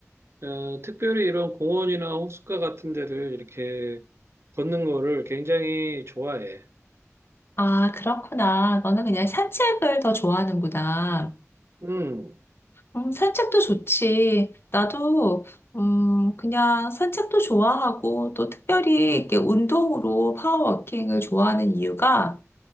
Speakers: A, on the right; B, on the left.
A: 어, 특별히 이런 공원이나 호숫가 같은 데를 이렇게 걷는 거를 굉장히 좋아해.
B: 아, 그렇구나. 너는 그냥 산책을 더 좋아하는구나.
A: 음,
B: 음, 산책도 좋지. 나도 음, 그냥 산책도 좋아하고 또 특별히 이렇게 운동으로 파워워킹을 좋아하는 이유가